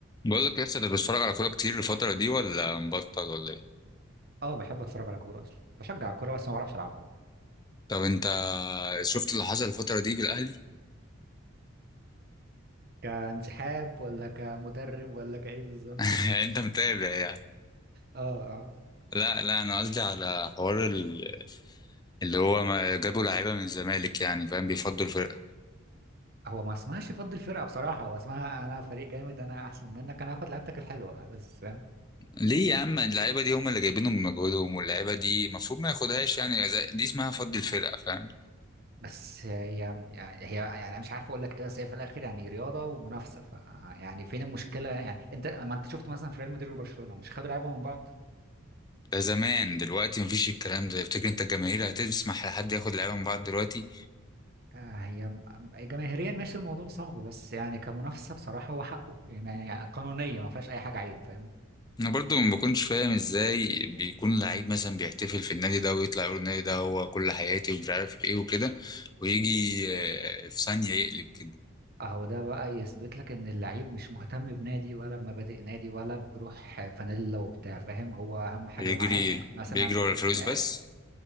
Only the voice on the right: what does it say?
اه بحب اتفرج على كوره اصلا بشجع الكوره بس ما بعرفش العبها
كانسحاب ولا كمدرب ولا كايه بالظبط
اه اه
هو ما اسمهاش فضل الفرقه بصراحه هو اسمها انا فريق جامد انا احسن منك انا هاخد لعبتك الحلوه بس فاهم
بس هي هي يعني أنا مش عارف اقول لك ايه بس هي في الاخر يعني رياضه ومنافسه ف يعني فين المشكله يعني انت ما انت شفت مثلا في ريال مدريد وبرشلونه مش خدوا لعبه من بعض
آه، هي م- جماهيريا ماشي الموضوع صعب بس يعني كمنافسه بصراحه هو حقه يعني يعني قانونيا ما فيهاش اي حاجه عيب فاهم
اهو ده بقى يثبت لك ان اللعيب مش مهتم بنادي ولا بمبادئ نادي ولا بروح فانيلا وبتاع فاهم هو اهم حاجه
معاه مثلا
آه،